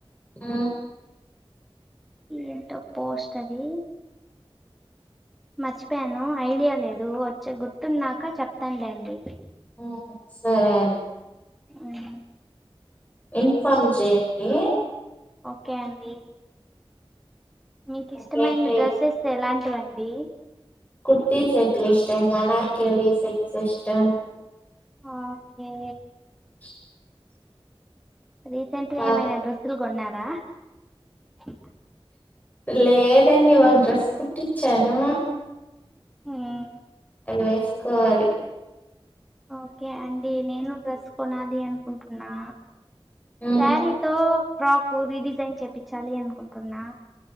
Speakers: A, on the left (about 15°); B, in the centre.
A: ఉమ్
B: ఎంటప్ప పోస్ట్ అది మర్చిపోయాను ఐడియా లేదు వచ్చే గుర్తున్నాక చెప్తానులేండి
A: ఆ సరే అండి
B: ఊహు
A: ఇన్ఫార్మ్ చేయండి
B: కాండీ మీకు
A: ఇంకేంటి
B: ఇష్టమైన డ్రెస్సెస్ ఎలాంటివం దీ
A: కుర్తీ సెట్లు ఇష్టం అనార్కలి సెట్స్ ఇష్టం
B: ఆ ఓకే
A: <inaudible>
B: రీసెంట్ గ
A: బాగా
B: ఏమైనడ్రెస్సులు కొన్నార ర
A: లేదండి ఒక డ్రెస్ కుట్టించాను
B: ఉమ్
A: అది వేసుకోవాలి
B: ఓకే అండి నేను డ్రెస్ కొనాలి అనుకుంటున్నా
A: ఉమ్
B: సారితో ఫ్రాకు రీడిజైన్ చేపించాలి అనుకుంటున్నా